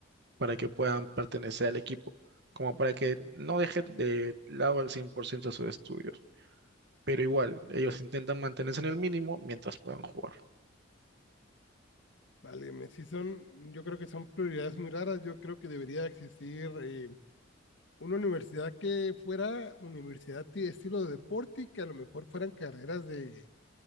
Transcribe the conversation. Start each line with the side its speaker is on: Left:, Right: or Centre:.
Right: para que puedan pertenecer al equipo, como para que no dejen de lado al 100% sus estudios. Pero igual, ellos intentan mantenerse en el mínimo mientras puedan jugar.
Left: válgame, sí son, yo creo que son prioridades muy raras, yo creo que debería existir eh, una universidad que fuera universidad de estilo de deporte y que a lo mejor fueran carreras de